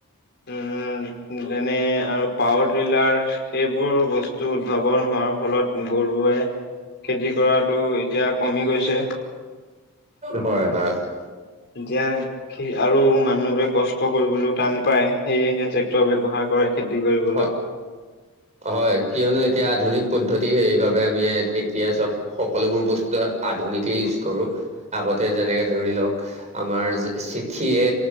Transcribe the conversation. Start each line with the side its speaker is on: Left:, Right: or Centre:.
Left: উম যেনে আৰু পাৱাৰ ট্ৰিলাৰ সেইবোৰ বস্তু উদ্ভাৱন হোৱাৰ ফলত গৰুৱে খেতি কৰাটো এতিয়া কমি গৈছে।
Right: হয়-হয় হয়
Left: এতিয়া আৰু মানুহবোৰে কষ্ট কৰিবলৈও টান পায় সেয়েহে ট্ৰেক্টৰ ব্যৱহাৰ কৰে। খেতি কৰিবলৈ
Right: হয় হয় কিয়নো এতিয়া আধুনিক পদ্ধতি হেৰি আমি এতিয়া চব সকলোবোৰ বস্তু আধুনিকেই ইউজ কৰো আগতে যেনেকে ধৰি আমাৰ চিঠিয়ে